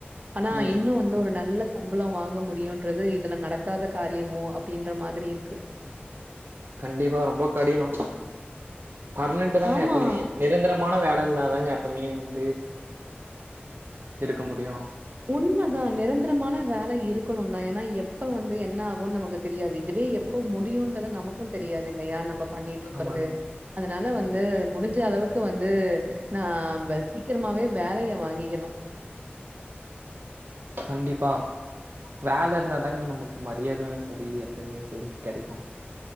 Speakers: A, on the right; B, on the right.
A: ஆனா
B: ம்.
A: இன்னு வந்து ஒரு நல்ல சம்பளோ வாங்க முடியுன்றது இதுல நடக்காத காரியமோ அப் அப்டின்ற மாதிரி இருக்கு
B: கண்டிப்பா ரொம்ப கடினோ பர்ம்னென்ட்டு தாங்க
A: ஆமா
B: எப்பமே நிரந்தரம் மான வேல இர்ந்தாதாங்க எப்போமே வந்து இருக்க முடியு
A: உண்மதா நிரந்தரமான வேல இருக்கணுந்தா ஏனா எப்ப வந்து என்னாகுன் நமக்கு தெரியாது இதுவே எப்போ முடியுன்றது நமக்கும் தெரியாது இல்லயா நம்ப பண்ணிட்டு இருக்கிறது
B: ஆமாங்க
A: அதனால வந்து முடிஞ்ச அளவுக்கு வந்து நாம்ப சீக்கிரமாவே வேலைய வாங்கிக்கணு
B: கண்டிப்பா வேல இருந்தாதாங்க நமுக்கு மரியாதையு செரி எப்பவுமே செரி கடைக்கு